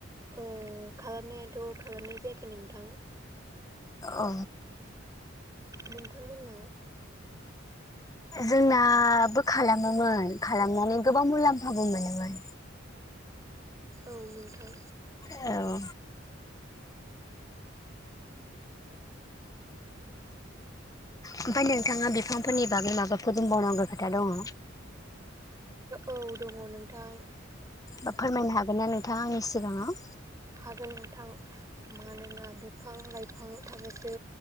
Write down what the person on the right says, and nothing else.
ओ खालामनायाथ‌ खालामनाय जायाखै नोंथां।
नोंथांमोननाव
औ नोंथां।
औ दङ नोंथां।
हागोन नोंथां मानोना बिफां लाइफां थाबासो